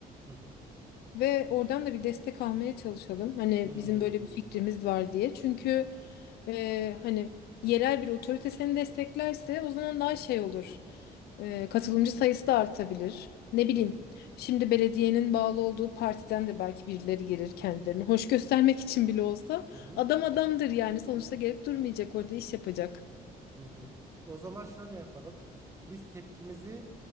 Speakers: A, on the right; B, on the left.
A: hı hı.
B: Ve oradan da bir destek almaya çalışalım. Hani
A: Hmm,
B: bizim böyle bir fikrimiz var diye. Çünkü e, hani yerel bir otorite seni desteklerse o zaman daha şey olur. E, katılımcı sayısı da artabilir. Ne bileyim.
A: hı hı
B: Şimdi belediyenin bağlı olduğu partiden de belki birileri gelir kendilerini. Hoş göstermek için bile olsa
A: hı hı
B: adam
A: hı
B: adamdır
A: hı,
B: yani. Sonuçta gelip durmayacak orada iş yapacak.
A: hı hı. O zaman şöyle yapalım. Biz tepkimizi